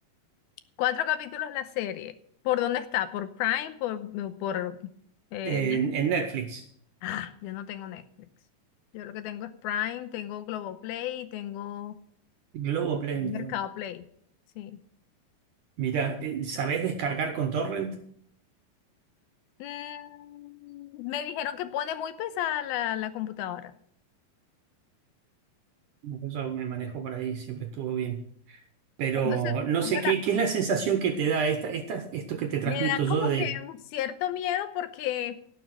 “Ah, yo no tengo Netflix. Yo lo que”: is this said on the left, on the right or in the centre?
Left